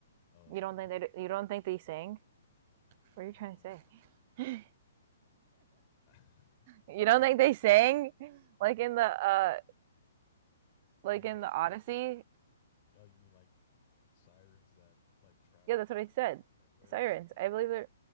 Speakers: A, on the left; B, on the right.
A: um
B: You don't
A: I
B: think
A: feel
B: they you don't think they sing? What
A: uh
B: are you trying to say? <laughs>
A: <sighs>
B: You don't
A: no,
B: think they sang like in the uh like
A: you know
B: in the Odyssey?
A: Oh, you mean like sirens that like trap
B: Yeah, that's
A: that
B: what I said.
A: that learns?
B: Sirens. I believe they're